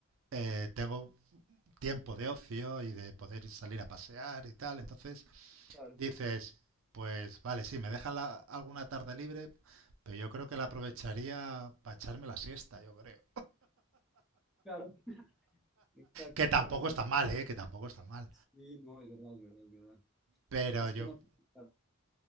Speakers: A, on the right; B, in the centre.
A: eh, tengo tiempo de ocio y de poder ir- salir a pasear y tal. Entonces
B: claro,
A: dices, pues vale, sí, me dejan la- alguna tarde libre, pero yo creo que la aprovecharía para echarme la siesta, yo creo.
B: claro. Exacto,
A: Que tampoco
B: exacto.
A: está mal, ¿eh? Que tampoco está mal.
B: Sí, no, es verdad, es verdad, es verdad.
A: Pero
B: Es
A: yo,
B: que no, claro.